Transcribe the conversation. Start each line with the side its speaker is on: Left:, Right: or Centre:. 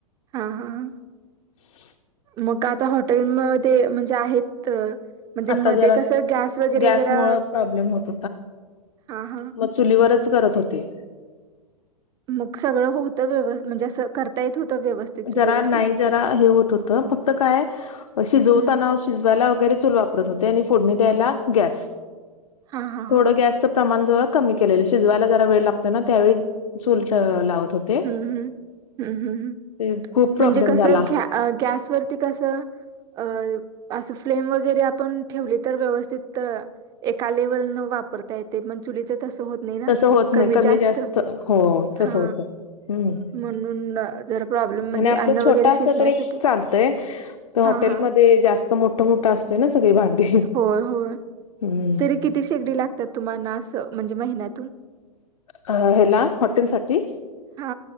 Right: हा हा हा
Left: <inaudible>
Right: मग आता हॉटेलमध्ये म्हणजे आहेत म्हणजे
Left: आता
Right: मध्ये
Left: जरा
Right: कसं गॅस वगैरे
Left: गॅसमुळे
Right: जरा
Left: प्रॉब्लेम होत
Right: हा हा
Left: मग चुलीवरचं करत होते.
Right: मग सगळं होतं व्य म्हणजे अस करता येत. होतं व्यवस्थित चुलीवरती
Left: जरा नाही जरा हे होत होत फक्त काय शिजवताना
Right: हम्म
Left: शिजवायला वगैरे च वापरत होते आणि फोडणी द्यायला गॅस
Right: हा हा
Left: थोडं
Right: हा
Left: गॅसचं प्रमाण जरा कमी केलेलं शिजवायला जरा वेळ लागतो ना त्यावेळी चूल लावत होते.
Right: हम्म हम्म हम्म हम्म हम्
Left: ते खूप प्रॉब्लेम
Right: म्हणजे कसं
Left: झाला
Right: गॅसवरती कसं अ असं फ्लेम वगैरे आपण ठेवले तर व्यवस्थित एका लेवल न वापरता येत ते पण चुलीच तसं होत नाही ना
Left: तसं होत नाही
Right: कमी जास्त
Left: हो तसं
Right: हा
Left: होतं. हम्म
Right: म्हणुन जरा प्रॉब्लेम म्हणजे
Left: आणि आपलं
Right: अन्न
Left: छोटं
Right: वगैरे
Left: असलं
Right: शिजण्यासाठी
Left: तरी एक चालतंय हॉटेलमध्ये
Right: हा हा
Left: जास्त मोठं मोठं असत. ना सगळी भांडी
Right: होय होय
Left: हम्म
Right: तरी किती शेगडी लागतात तुम्हाना असं म्हणजे महिन्यातून
Left: ह्याला हॉटेल साठी
Right: हा